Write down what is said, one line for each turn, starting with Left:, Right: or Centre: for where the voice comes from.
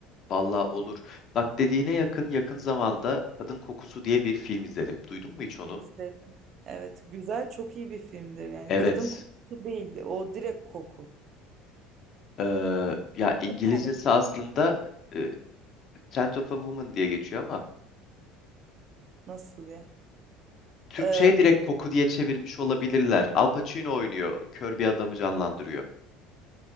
Left: Vallahi olur. Bak dediğine yakın yakın zamanda Kadın Kokusu diye bir film izledim. Duydun mu hiç onu?
Right: İzledim. Evet güzel çok iyi bir filmdir. Yani
Left: Evet.
Right: kadın kokusu değildi. O direkt koku.
Left: Ee, ya İngilizcesi
Right: Süper.
Left: aslında e, Scent of a Woman diye geçiyor ama
Right: Nasıl ya?
Left: Türkçe'ye
Right: Ee,
Left: direkt koku diye çevirmiş olabilirler. Al Pacino oynuyor. Kör bir adamı canlandırıyor.